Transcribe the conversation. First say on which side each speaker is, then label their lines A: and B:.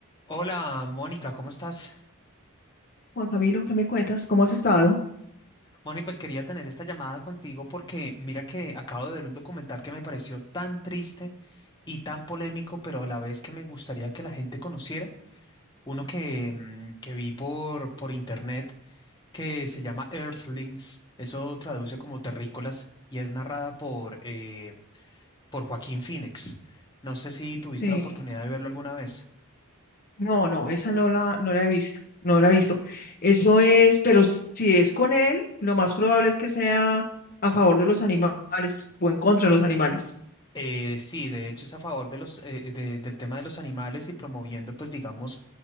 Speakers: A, on the left; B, on the left.
A: Hola, Mónica, ¿cómo estás?
B: Juan Camilo, ¿qué me cuentas? ¿Cómo has estado?
A: Mónica, pues quería tener esta llamada contigo porque mira que acabo de ver un documental que me pareció tan triste y tan polémico, pero a la vez que me gustaría que la gente conociera, uno que, mm, que vi por, por internet que se llama Earthlings, eso traduce como terrícolas y es narrada por, eh, por Joaquín Phoenix. No sé si tuviste
B: Sí.
A: la oportunidad de verlo alguna vez.
B: No, no, esa no la, no la he visto, no la he visto. Eso es, pero si es con él, lo más probable es que sea a favor de los animales o en contra de los animales.
A: Eh, sí, de hecho es a favor de los, eh, de- del tema de los animales y promoviendo, pues digamos,